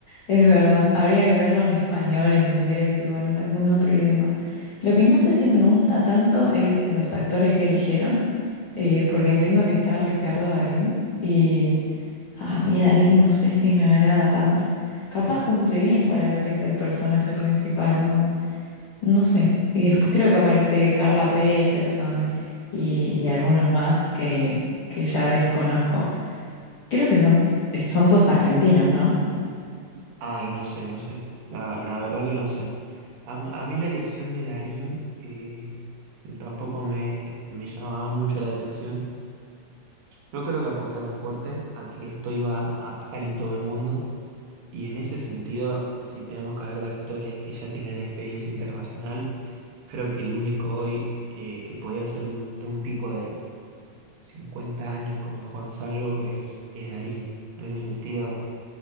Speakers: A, on the left (about 65°); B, on the right (about 85°).
A: es verdad. Habría que verlo en español, en inglés y bueno, en algún otro idioma. Lo que no sé si me gusta tanto es los actores que eligieron, eh, porque entiendo que está Ricardo Darín y a mí Darín no sé si me agrada tanto. Capaz cumple bien para lo que es el personaje principal, no, no sé. Y después creo que aparece Carla Peterson y, y algunos más que, que ya desconozco. Creo que son, son todos argentinos, ¿no?
B: Ay, no sé, no sé. La, la verdad que no sé. A, a mí la lección de Darín eh, tampoco me, me llamaba mucho la atención. Yo creo que apostaron fuerte a que esto iba a pegar en todo el mundo. Y en ese sentido, si tenemos que hablar de actores que ya tengan experiencia internacional, creo que el único hoy eh, que podía ser de un, de un tipo de 50 años como es Juan Salvo es, es Darín. En ese sentido,